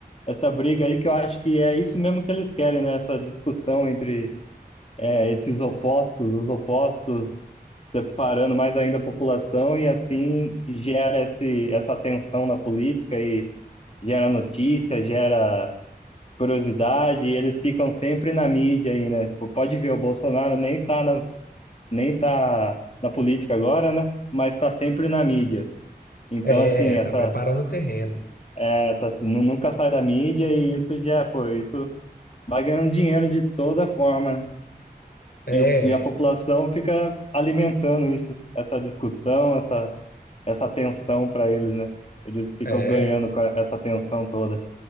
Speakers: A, on the left (about 40°); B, on the left (about 65°).
A: essa briga aí que eu acho que é isso mesmo que eles querem, né? Essa discussão entre é, esses opostos, os opostos separando mais ainda a população e assim gera esse, essa tensão na política e gera notícia, gera curiosidade, e eles ficam sempre na mídia aí, né? Tipo, pode ver, o Bolsonaro nem tá na, nem tá na política agora, né? Mas tá sempre na mídia. Então,
B: É,
A: assim, essa
B: tá preparando o terreno.
A: é, tá- nu- nunca sai da mídia e isso já, pô, isso vai ganhando dinheiro de toda forma, né?
B: É,
A: E, o- e a população fica alimentando isso, essa discussão, essa, essa tensão para eles, né? Eles ficam
B: é,
A: ganhando com a- essa tensão toda,